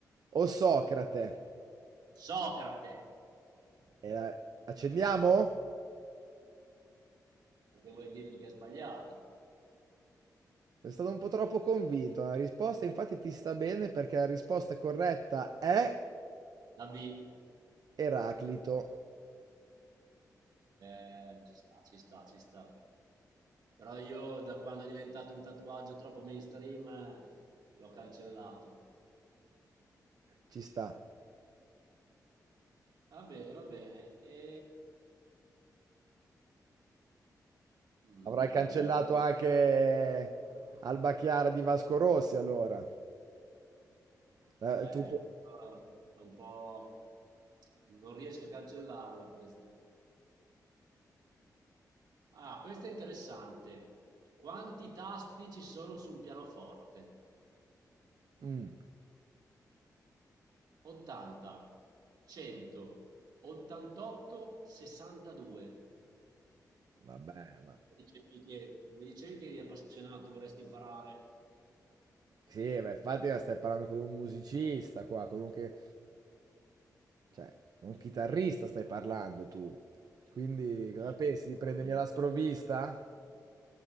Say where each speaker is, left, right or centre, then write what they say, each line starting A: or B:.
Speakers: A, on the right; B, on the right.
A: o Socrate?
B: Socrate.
A: E la- accendiamo?
B: Perché vuoi dirmi che è sbagliata?
A: Sei stato un po' troppo convinto nella risposta, infatti ti sta bene perché la risposta corretta è
B: La B,
A: Eraclito.
B: eh, ci sta, ci sta, ci sta. Però io da quando è diventato un tatuaggio troppo mainstream eh, l'ho cancellato.
A: Ci sta.
B: Va bene, va bene. E... mm,
A: Avrai cancellato
B: vediamo.
A: anche Alba Chiara di Vasco Rossi allora. Eh,
B: Eh,
A: tutto-
B: questa è un po'... Non riesco a cancellarla questa. Ah, questa è interessante. Quanti tasti ci sono su un pianoforte?
A: Mm,
B: 80, 100, 88, 62.
A: vabbè, vabbè.
B: Eh, Dicevi che- mi dicevi che eri appassionato, vorresti imparare.
A: Sì, ma infatti la stai parlando con un musicista qua, con un che... cioè, con un chitarrista stai parlando tu. Quindi cosa
B: Eh,
A: pensi di prendermi
B: va bene.
A: alla sprovvista?